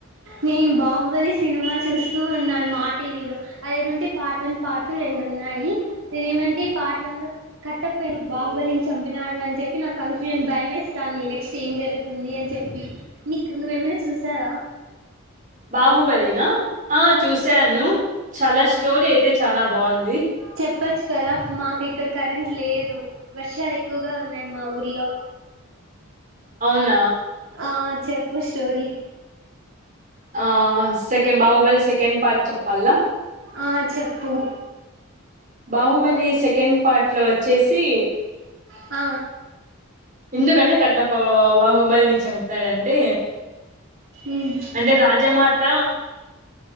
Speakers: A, on the right; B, on the right.
A: నేన్ బాహుబలి సి సినిమా చూస్తూ ఉన్నాను మా టీవీలో అదేమంటే పార్ట్ వన్ పార్ట్ రెండు ఉన్నాయి నేను ఏమంటే పార్ట్ వన్ లో కట్టప్ప ను బాహుబలిని చంపినాడు అని చెప్పి నాకు కన్ఫ్యూజన్ భయమేస్తాంది నెక్స్ట్ ఏం జరుగుతుంది అని చెప్పి మీకు నువ్వేమైనా చూసావా
B: బాహుబలి నా ఆ చూశాను చాలా
A: ఆ
B: స్టోరీ అయితే చాలా బాగుంది
A: చెప్పచ్చు కదా మాకు ఇక్కడ కరెంట్ లేదు వర్షాలు ఎక్కువగా ఉన్నాయి మా ఊర్లో
B: అవునా
A: ఆ చెప్ ప్పు స్టోరి
B: ఆ సెకండ్ బాహుబలి సెకండ్ పార్ట్ చెప్పాల్ల
A: ఆ చెప్పు
B: బాహుబలి సెకండ్ పార్ట్లో వచ్చేసి
A: అ
B: ఎందుగంటే గట్టప్ప బ బబహుబల్ని చం తడన్ అంటే
A: ఉమ్
B: అంటే రాజమాత